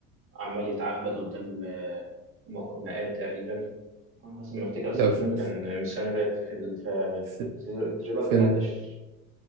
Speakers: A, on the right; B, on the right.
A: عمال يتعبد قدام آه، مق- مقام تقريبا انا حسب ما افتكر اصل
B: ده
A: الفيلم
B: في
A: كان من السنه اللي فاتت في ال-
B: في-
A: في التريلر
B: فيلم
A: بتاع الدشاش